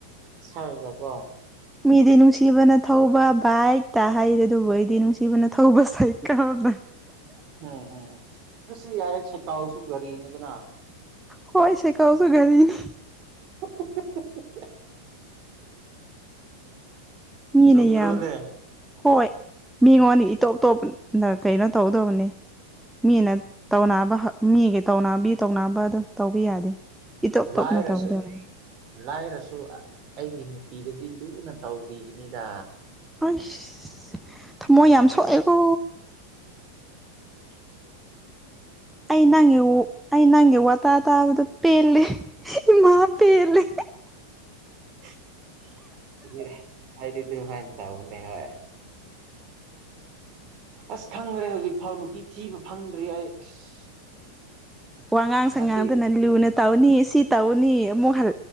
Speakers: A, on the right; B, in the centre.
A: ꯁꯥꯛꯑꯒꯀꯣ
B: ꯃꯤꯗꯤ ꯅꯨꯡꯁꯤꯕꯅ ꯊꯧꯕ ꯕꯥꯢꯛ ꯇꯥ ꯍꯥꯏꯗꯤ ꯑꯗꯨꯕꯨ ꯑꯩꯗꯤ ꯅꯨꯡꯁꯤꯕꯅ ꯊꯧꯕ ꯁꯥꯏꯀꯥꯜꯗ
A: ꯎꯝ ꯎꯝ ꯑꯗꯨꯁꯨ ꯌꯥꯏ ꯁꯥꯏꯀꯥꯜꯁꯨ ꯒꯥꯔꯤꯅꯤꯗꯅ
B: ꯍꯣꯏ ꯁꯀꯥꯎꯁꯨ ꯒꯔꯤꯅꯦ
A: <unintelligible>
B: ꯃꯤꯅ
A: ꯆꯨꯝꯗ꯭ꯔꯣꯅꯦ
B: ꯌꯥꯝ ꯍꯣꯏ ꯃꯤꯉꯣꯟꯅꯤ ꯏꯇꯣꯞ ꯇꯣꯞꯅ ꯀꯩꯅꯣ ꯇꯧꯗꯧꯕꯅꯤ ꯃꯤꯅ ꯇꯧꯅꯕ ꯃꯤꯒꯤ ꯇꯧꯅꯥꯕꯤ ꯇꯧꯅꯕꯗꯣ ꯇꯧꯕ ꯌꯥꯗꯦ ꯏꯇꯣꯞ ꯇꯣꯞꯅ
A: ꯂꯥꯏꯔꯁꯨ
B: ꯇꯧꯒꯗꯕꯅꯤ
A: ꯑꯩ ꯂꯥꯏꯔꯁꯨ ꯑꯩꯒꯤ ꯅꯨ ꯄꯤꯗꯨꯗꯤ ꯂꯨꯅ ꯇꯧꯕꯤꯒꯅꯤꯗ
B: ꯑꯁ ꯊꯃꯣꯏ
A: ꯅꯪꯁꯨ
B: ꯌꯝ ꯁꯣꯛꯑꯦꯀꯣ
A: <inaudible>
B: ꯑꯩ ꯅꯪꯒꯤ ꯑꯩ ꯅꯪꯒꯤ ꯋꯥꯇꯥ ꯇꯥꯕꯗ ꯄꯦꯜꯂꯦ ꯏꯃꯥ
A: ꯑꯣ
B: ꯄꯦꯜꯂꯦ
A: <unintelligible> ꯍꯥꯏꯗꯤ ꯑꯗꯨ ꯍꯤꯏꯕ ꯇꯥꯕꯅꯦ ꯍꯣꯢ ꯑꯁ ꯈꯪꯗ꯭ꯔꯦ ꯍꯧꯖꯤꯛꯐꯥꯎ ꯅꯨꯄꯤ ꯊꯤꯕ ꯐꯪꯗ꯭ꯔꯤ ꯑꯩ ꯑꯁ
B: ꯋꯥꯉꯥꯡ
A: ꯉꯁꯤ
B: ꯁꯉꯥꯡꯗꯅ ꯂꯨꯅ ꯇꯧꯅꯤ ꯁꯤ ꯇꯧꯅꯤ ꯑꯃꯨꯛ ꯍꯜ